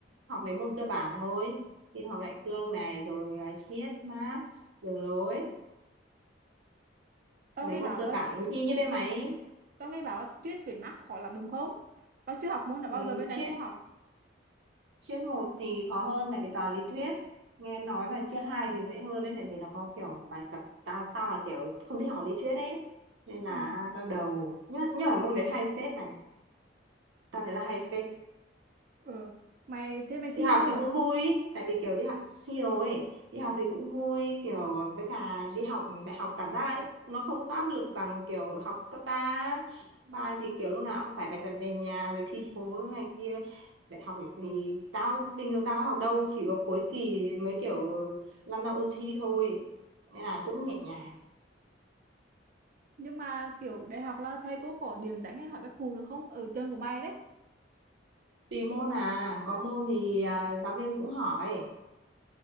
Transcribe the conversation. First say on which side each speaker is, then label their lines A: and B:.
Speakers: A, on the right (about 85°); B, on the right (about 50°).
A: học mấy môn cơ bản thôi tin học đại cương này rồi à, triết mác đường lối
B: tao
A: mấy
B: nghe
A: môn
B: bảo
A: cơ
B: là
A: bản y như bên máy
B: Tao nghe bảo là triết về Marx khó lắm đúng không? Tao chưa học môn nào bao
A: ừ,
B: giờ bên này
A: triết
B: không có học.
A: triết một thì khó hơn tại vì toàn lý thuyết nghe nói là triết hai thì dễ hơn đấy tại vì nó có kiểu bài tập tao tao là kiểu không thích học lý thuyết ấy nên là
B: Ừ.
A: đau đầu nhưng mà, nhưng mà môn đấy hay phết này tao thấy là hay phết
B: Ừ. Mày thế mày thi
A: đi học
B: chưa?
A: thì cũng vui tại vì kiểu đi học thi rồi ấy, đi học thì cũng vui kiểu với cả đi học đại học cảm giác ấy, nó không có áp lực bằng kiểu học cấp ba, ba thì kiểu lúc nào cũng phải bài tập về nhà rồi thi thố này kia đại học thì tao bình thường tao có học đâu chỉ có cuối kỳ mới kiểu lăn ra ôn thi thôi nên là cũng nhẹ nhàng
B: Nhưng mà kiểu đại học là thầy cô có điểm danh hay hỏi bác cụ được không? Ở trường của mày đấy.
A: tùy môn à có môn thì à, giáo viên cũng hỏi